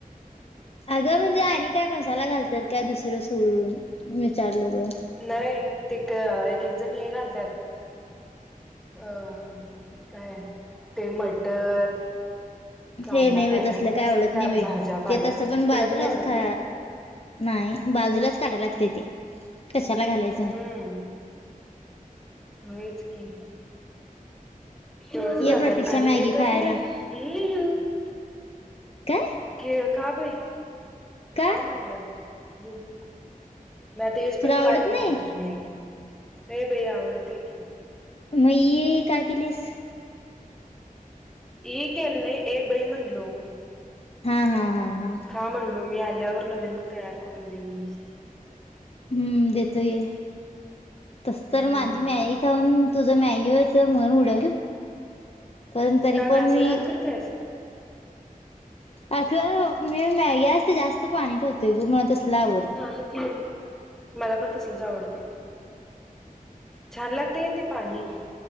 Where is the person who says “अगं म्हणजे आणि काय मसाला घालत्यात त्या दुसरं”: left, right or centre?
Left